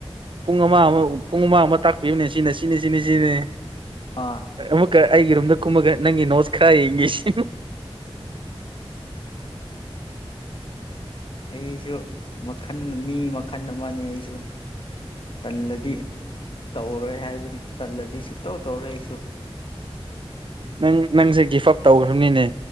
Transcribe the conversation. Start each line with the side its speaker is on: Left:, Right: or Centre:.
Right: ꯄꯨꯡ ꯑꯃ ꯑꯃ ꯄꯨꯡ ꯑꯃ ꯑꯃ ꯇꯥꯛꯄꯤꯕꯅꯦ ꯁꯤꯅ ꯁꯤ ꯁꯤꯅꯤ ꯁꯤꯅꯤ ꯁꯤꯅꯤ
Left: ꯑꯥ
Right: ꯑꯃꯨꯛꯀ ꯑꯩꯒꯤ ꯔꯨꯝꯝꯗ ꯀꯨꯝꯃꯒ ꯅꯪꯒꯤ ꯅꯣꯁ ꯈꯔꯥꯏ ꯏꯁꯤ
Left: ꯑꯩꯁꯨ ꯃꯈꯟ ꯃꯤ ꯃꯈꯜ ꯑꯃꯅꯤ ꯑꯩꯁꯨ ꯇꯜꯂꯗꯤ ꯇꯧꯔꯣꯏ ꯍꯥꯏꯕꯅꯤ ꯇꯜꯂꯗꯤ ꯁꯨꯛꯇꯧ ꯇꯧꯔꯛꯏꯁꯨ
Right: ꯅꯪ ꯅꯪꯁꯦ ꯒꯤꯐ ꯑꯞ ꯇꯧꯈ꯭ꯔꯕꯅꯤꯅꯦ